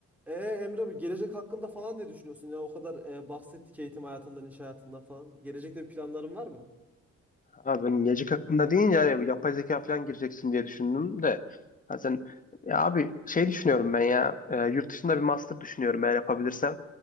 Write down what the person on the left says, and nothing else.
Abi ben gelecek hakkında deyince hani yapay zeka falan gireceksin diye düşündüm de. Ha sen ya abi şey düşünüyorum ben ya e, yurt dışında bir master düşünüyorum eğer yapabilirsem.